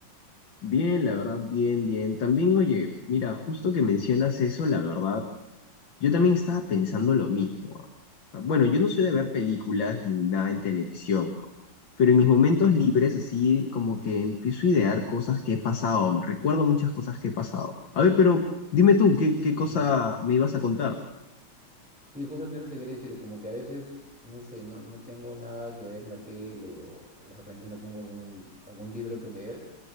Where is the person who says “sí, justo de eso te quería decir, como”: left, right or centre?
Centre